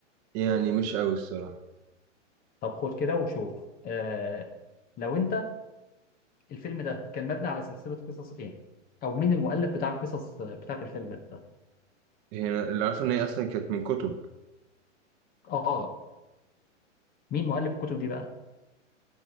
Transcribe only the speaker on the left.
طب خد كده وشوف آه لو انت الفيلم ده كان مبني على سلسلة قصص ايه او مين المؤلف بتاع القصص بتاعت الفيلم ده
اه مين مؤلف الكتب دي بقى